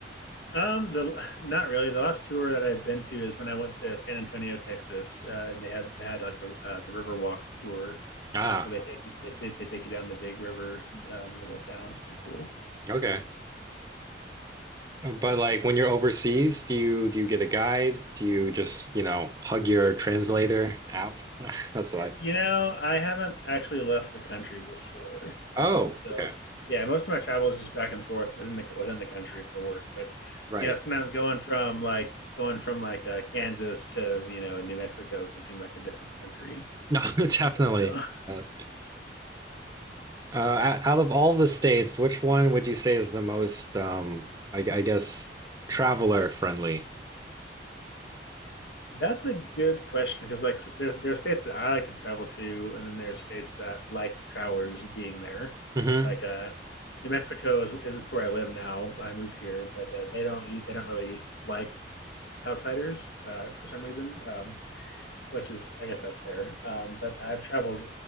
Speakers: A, on the left; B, on the right.
A: Um, the not really. The last tour that I've been to is when I went to San Antonio, Texas, uh, and they had they had like a uh, the Riverwalk tour
B: Ah,
A: where they take you they, they they take you down the big river uh, in the middle of town. It's pretty cool.
B: okay. Uh, But like when you're overseas, do you do you get a guide? Do you just, you know, hug your translator app? <laughs> That's what I.
A: You know, I haven't actually left the country before,
B: Oh,
A: um, so
B: okay.
A: yeah, most of my travel is just back and forth within the within the country for work. But
B: Right.
A: you know, sometimes going from like going from like uh, Kansas to you know New Mexico can seem like a different country
B: No, <laughs>
A: sometimes.
B: definitely.
A: So
B: Uh, uh, out of all the states, which one would you say is the most, um, I, I guess, traveler friendly?
A: <laughs> that's a good question because like s- there there are states that I like to travel to, and then there's states that like travelers being there.
B: hmm
A: Like uh, New Mexico is is it's where I live now. I moved here, but uh, they don't they don't really like outsiders uh, for some reason, um, which is I guess that's fair. Um, but I've traveled